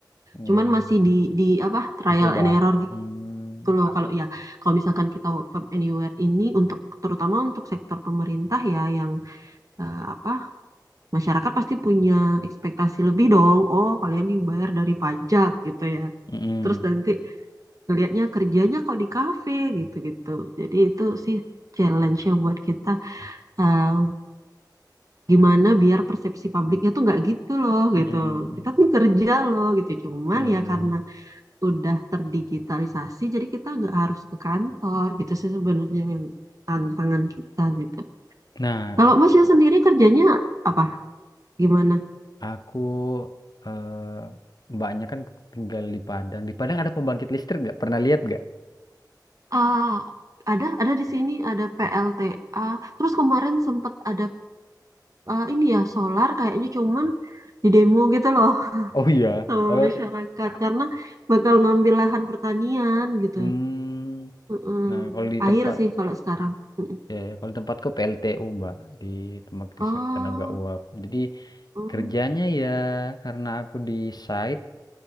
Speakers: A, on the left; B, on the right.
A: Iya,
B: cuman
A: iya.
B: masih
A: iya.
B: di di apa trial
A: Dicoba.
B: and error
A: Hmm.
B: gitu loh kalau ya kalau misalkan kita work from anywhere ini untuk terutama untuk sektor pemerintah ya yang eh, apa masyarakat pasti punya ekspektasi lebih dong oh kalian dibayar dari pajak gitu ya
A: Mm-mm.
B: terus nanti ngelihatnya kerjanya kok di kafe gitu-gitu jadi itu sih challenge-nya buat kita eh, gimana biar persepsi publiknya tuh nggak gitu loh
A: Mm-mm,
B: gitu
A: mm-mm.
B: kita tuh kerja loh gitu cuman
A: Iya,
B: ya
A: iya,
B: karena
A: iya.
B: udah terdigitalisasi, jadi kita nggak harus ke kantor gitu sih sebenarnya yang tantangan kita gitu.
A: Nah,
B: Kalau Masnya sendiri kerjanya apa? Gimana?
A: aku eh, mbaknya kan tinggal di Padang. Di Padang ada pembangkit listrik nggak? Pernah lihat nggak?
B: Ah, ada ada di sini ada PLTA. Terus kemarin sempat ada ah, ini ya solar kayaknya cuman di demo gitu loh
A: Oh iya.
B: <laughs> sama
A: Kalau
B: masyarakat karena bakal ngambil lahan pertanian gitu.
A: hmm,
B: Mm-mm.
A: nah kalau di tempat
B: Air sih kalau sekarang. Mm-mm.
A: ya, ya, kalau di tempatku PLTU Mbak di pembangkit listrik
B: Oh,
A: tenaga uap. Jadi
B: mm,
A: kerjanya ya karena aku di site